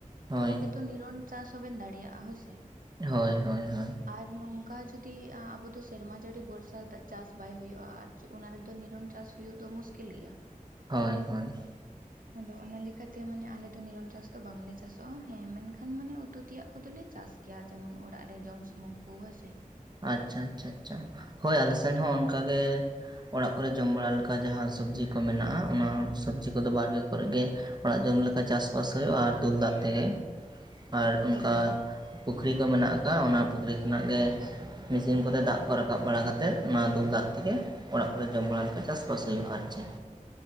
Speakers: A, on the right; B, on the right.
A: ᱦᱳᱭ
B: ᱛᱚ ᱚᱸᱰᱮ ᱫᱚ ᱱᱤᱨᱚᱱ ᱪᱟᱥ ᱦᱚᱸᱵᱮᱱ ᱫᱟᱲᱮᱭᱟᱜᱼᱟ ᱦᱳᱭᱥᱮ
A: ᱦᱳᱭ ᱦᱳᱭ ᱦᱳᱭ
B: ᱟᱨ ᱱᱚᱝᱠᱟ ᱡᱩᱫᱤ ᱟᱵᱚ ᱫᱚ ᱥᱮᱨᱢᱟ ᱡᱟᱹᱲᱤ ᱵᱚᱨᱥᱟ ᱫᱟᱜ ᱪᱟᱥ ᱵᱟᱭ ᱦᱩᱭᱩᱜᱼᱟ ᱟᱨ ᱚᱱᱟ ᱨᱮᱫᱚ ᱱᱤᱨᱚᱱ ᱪᱟᱥ ᱦᱳᱭᱳᱜ ᱫᱚ ᱢᱩᱥᱠᱤᱞ ᱜᱮᱭᱟ᱾
A: ᱦᱳᱭ ᱦᱳᱭ
B: ᱟᱫᱚ ᱚᱱᱟ ᱞᱮᱠᱟᱛᱮ ᱢᱟᱱᱮ ᱟᱞᱮ ᱫᱚ ᱱᱤᱨᱚᱱ ᱪᱟᱥ ᱫᱚ ᱵᱟᱝᱞᱮ ᱪᱟᱥᱚᱜᱼᱟ, ᱦᱮᱸ ᱢᱮᱱᱠᱷᱟᱱ ᱢᱟᱱᱮ ᱩᱛᱩ ᱛᱮᱭᱟᱜ ᱠᱚᱫᱚᱞᱮ ᱪᱟᱥ ᱠᱮᱭᱟ ᱡᱮᱢᱚᱱ ᱚᱲᱟᱜ ᱨᱮ ᱡᱚᱢ ᱥᱩᱢᱩᱝ ᱠᱚ ᱦᱳᱭ ᱥᱮ
A: ᱟᱪᱪᱷᱟ ᱟᱪᱪᱷᱟ ᱟᱪᱪᱷᱟ ᱦᱳᱭ ᱟᱞᱮ ᱥᱮᱱ ᱦᱚᱸ ᱚᱱᱠᱟ ᱜᱮ᱾ ᱚᱲᱟᱜ ᱠᱚᱨᱮ ᱡᱚᱢ ᱵᱟᱲᱟ ᱞᱮᱠᱟ ᱡᱟᱦᱟᱸ ᱥᱚᱵᱡᱤ ᱠᱚ ᱢᱮᱱᱟᱜᱼᱟ ᱚᱱᱟ ᱥᱚᱵᱡᱤ ᱠᱚᱫᱚ ᱵᱟᱲᱜᱮ ᱠᱚᱨᱮ ᱜᱮ ᱚᱲᱟᱜ ᱡᱚᱢ ᱞᱮᱠᱟ ᱪᱟᱥᱵᱟᱥ ᱦᱩᱭᱩᱜᱼᱟ ᱟᱨ ᱫᱩᱞ ᱫᱟᱜ ᱛᱮᱜᱮ, ᱟᱨ ᱚᱱᱠᱟ
B: ᱦᱳᱭ
A: ᱯᱩᱠᱷᱨᱤ ᱠᱚ ᱢᱮᱱᱟᱜ ᱠᱟᱜ-ᱟ ᱚᱱᱟ ᱯᱩᱠᱷᱨᱤ ᱠᱷᱚᱱᱟᱜ ᱜᱮ᱾ ᱢᱮᱥᱤᱱ ᱠᱚᱛᱮ ᱫᱟᱜ ᱠᱚ ᱨᱟᱠᱟᱵ ᱵᱟᱲᱟ ᱠᱟᱛᱮᱫ ᱚᱱᱟ ᱫᱩᱞ ᱫᱟᱜ ᱛᱮᱜᱮ᱾ ᱚᱲᱟᱜ ᱠᱚᱨᱮ ᱡᱚᱢ ᱵᱟᱲᱟ ᱞᱮᱠᱟ ᱪᱟᱥᱵᱟᱥ ᱦᱩᱭᱩᱜᱼᱟ ᱟᱨ ᱪᱮᱫ